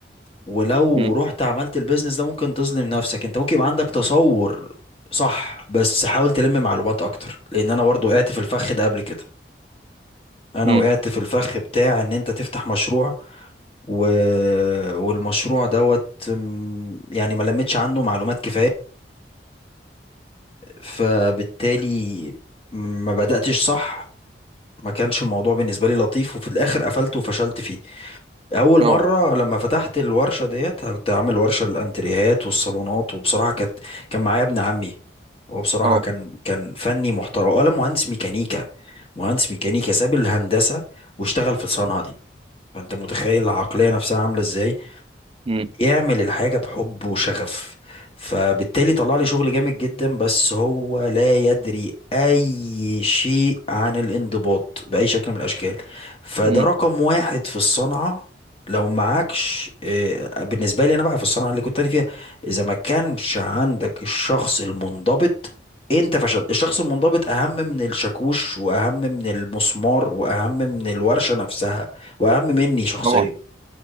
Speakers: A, on the left; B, on the right.
A: ولو
B: امم
A: رحت عملت البيزنس ده ممكن تظلم نفسك انت ممكن يبقى عندك تصور صح بس حاول تلم معلومات اكتر لان انا برضو وقعت في الفخ ده قبل كده انا
B: امم
A: وقعت في الفخ بتاع ان انت تفتح مشروع و... والمشروع دوت م، يعني ما لمتش عنده معلومات كفاية فبالتالي ما بدأتش صح ما كانش الموضوع بالنسبة لي لطيف وفي الآخر قفلت وفشلت فيه أول
B: اه
A: مرة لما فتحت الورشة ديت كنت عامل ورشة للأنتريهات والصالونات وبصراحة كانت كان معايا ابن عمي هو بصراحة
B: اه
A: كان كان فني محترم ولا مهندس ميكانيكا مهندس ميكانيكا ساب الهندسة واشتغل في الصنعة دي فانت متخيل العقلية نفسها عاملة ازاي
B: امم
A: يعمل الحاجة بحب وشغف فبالتالي طلع لي شغل جامد جدا بس هو لا يدري اي شيء عن الانضباط بأي شكل من الاشكال فده
B: امم
A: رقم واحد في الصنعة لو معكش آه، بالنسبة لي انا بقى في الصنعة اللي كنت انا فيها اذا ما كانش عندك الشخص المنضبط انت فشلت الشخص المنضبط اهم من الشاكوش واهم من المسمار واهم من الورشة نفسها واهم مني شخصيا
B: طبعا